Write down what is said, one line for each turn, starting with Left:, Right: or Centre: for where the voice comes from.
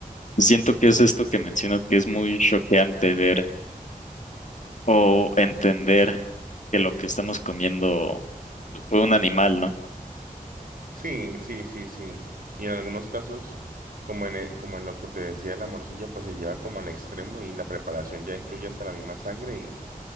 Left: Siento que es esto que mencionas que es muy choqueante ver o entender que lo que estamos comiendo fue un animal, ¿no?
Right: Sí, sí, sí, sí. Y en algunos casos, como en, e- como en lo que te decía de la morcilla, pues se lleva como al extremo y la preparación ya incluye hasta la misma sangre y,